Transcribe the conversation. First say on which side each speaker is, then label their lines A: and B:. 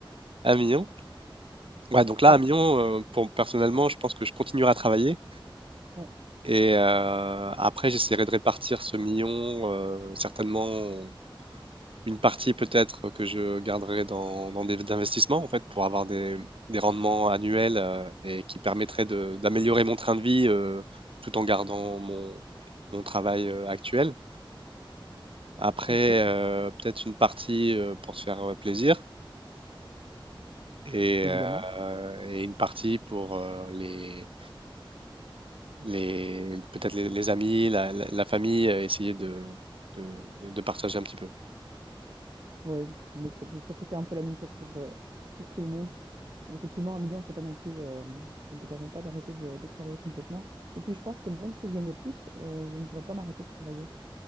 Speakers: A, on the right (about 75°); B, on the right (about 55°).
A: Un million. Ouais, donc là,
B: Oui,
A: un million, euh, pour, personnellement, je pense que je continuerai à travailler.
B: oui,
A: Et euh, après, j'essaierai de répartir ce million, euh, certainement une partie peut-être que je garderai dans, dans des investissements en fait pour avoir des, des rendements annuels euh, et qui permettraient de- d'améliorer mon train de vie euh, tout en gardant mon, mon travail euh, actuel. Après,
B: ok,
A: euh, peut-être une partie euh, pour se faire euh, plaisir et,
B: évidemment.
A: euh, et une partie pour euh, les, les peut-être les, les amis, la, la- la famille, euh, essayer de, de, de partager un petit peu.
B: Oui, mais que c'est- je pense que c'est un peu la même chose pour, euh, pour tout le monde. Effectivement, un million, c'est pas non plus, euh, ça ne te permet pas d'arrêter de, de travailler complètement. Et puis, je pense que même si je gagnais plus, euh, je ne pourrais pas m'arrêter de travailler.